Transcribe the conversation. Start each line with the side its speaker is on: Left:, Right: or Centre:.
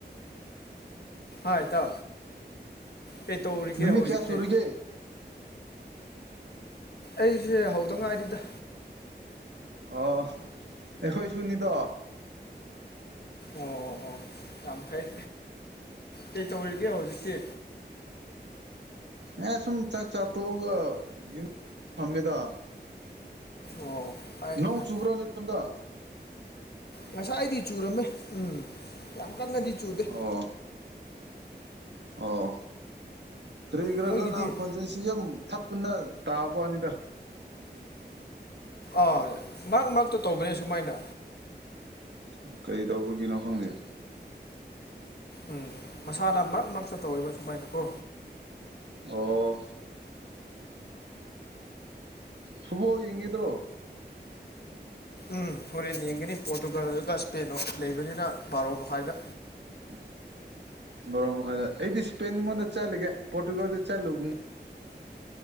Left: ꯑ ꯇ ꯑꯩ ꯇꯣꯒꯦ
Right: ꯅꯨꯃꯤꯠ
Left: ꯍꯧꯖꯤꯛꯇꯦ
Right: ꯀꯌꯥ ꯁꯨꯔꯒꯦ
Left: ꯑꯩꯁꯦ ꯍꯧꯗ ꯉꯥꯏꯔꯤꯗ
Right: ꯑ ꯑꯦꯈꯣꯏꯁꯨ ꯅ ꯇ <unintelligible>
Left: ꯑꯣ ꯑꯣ ꯌꯥꯝ ꯐꯩ ꯀꯩ ꯇꯧꯔꯤꯒꯦ ꯍꯧꯖꯤꯛꯇꯤ
Right: ꯑꯦ ꯁꯨꯝ ꯆꯥꯛ ꯆꯥ ꯇꯣꯛꯑꯒ ꯌꯨꯝ ꯐꯝꯃꯤꯗ
Left: ꯑꯣ ꯐꯔꯦ ꯐꯔꯦ
Right: ꯅꯣꯡ ꯆꯨꯕ꯭ꯔꯥꯅꯤꯗ
Left: ꯉꯁꯥꯏꯗꯤ ꯆꯨꯔꯝꯃꯦ ꯎꯝ ꯌꯥꯝ ꯀꯟꯅꯗꯤ ꯆꯨꯗꯦ
Right: ꯑꯣ ꯑꯣ ꯔꯔꯤꯒ꯭ꯔꯒꯅ
Left: ꯅꯣꯏꯒꯤꯗꯤ
Right: ꯑꯪ ꯈꯣꯟꯖꯁꯤ ꯌꯥꯝ ꯊꯞ ꯄꯨꯅ ꯇꯥꯕꯅꯤꯗ
Left: ꯑꯥ ꯃ ꯉꯛꯇ ꯇꯧꯕꯅꯦ ꯁꯨꯃꯥꯏꯅ
Right: ꯑꯣ ꯀꯩ ꯇꯧꯕꯒꯤꯅꯣ ꯈꯪꯗꯦ
Left: ꯎꯝ ꯃꯁꯥꯅ ꯃꯔꯛ ꯃꯔꯛꯇ ꯇꯧꯔꯤꯕ ꯁꯨꯃꯥꯏꯅꯀꯣ
Right: ꯑꯣ ꯐꯨꯕꯣꯜ ꯌꯦꯉꯗ꯭ꯔꯣ
Left: ꯎꯝ ꯍꯣꯔꯦꯟ ꯌꯦꯡꯒꯅꯤ ꯄꯣꯔꯇꯨꯒꯥꯜꯒ ꯏꯁꯄꯦꯟ ꯂꯩꯕꯅꯤꯅ ꯕꯥꯔꯣ ꯃꯈꯥꯏꯗ
Right: <unintelligible> ꯕꯣꯔꯣ ꯃꯈꯥꯏꯗ ꯑꯩꯗꯤ ꯏꯁꯄꯦꯟꯉꯣꯟꯗ ꯆꯠꯂꯒꯦ ꯄꯣꯔꯇꯨꯒꯥꯜꯗ ꯆꯠꯂꯨꯒꯨꯝ